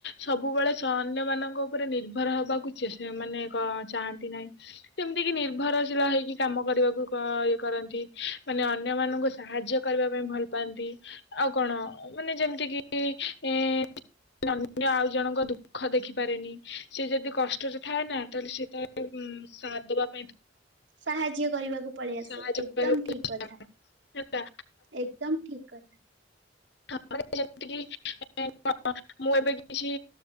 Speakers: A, on the left (about 60°); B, on the right (about 75°).
A: ସବୁବେଳେ ଅନ୍ୟ ମାନଙ୍କ ଉପରେ ନିର୍ଭର ହବାକୁ ମାନେ କଁ ଚାହାନ୍ତି ନାହିଁ। ସେମିତି କି ନିର୍ଭରଶୀଳ ହେଇକି କାମ କରିବାକୁ ଇଏ କରନ୍ତି ମାନେ ଅନ୍ୟ ମାନଙ୍କୁ ସାହାଯ୍ୟ କରିବା ପାଇଁ ଭଲ ପାଆନ୍ତି ଆଉ କଣ ମାନେ ଯେମିତିକି ଅନ୍ୟ ଆଉ ଜଣଙ୍କ ଦୁଃଖ ଦେଖିପାରେନି ସେ ଯଦି କଷ୍ଟରେ ଥାଏ ନା ତାହେଲେ ସେ ତା ହୁଁ ସାଥଦବା
B: ସାହାଯ୍ୟ କରିବାକୁ ପଳି ଆସେ
A: ସାହାଯ୍ୟ
B: ଏକଦମ
A: କରିବାକୁ
B: ଠିକ
A: ଚେଷ୍ଟା
B: କଥା।
A: ହେଲା
B: ଏକଦମ ଠିକ କଥା।
A: ତାପରେ ଯେମତିକି <unintelligible> ମୁଁ ଏବେ କିଛି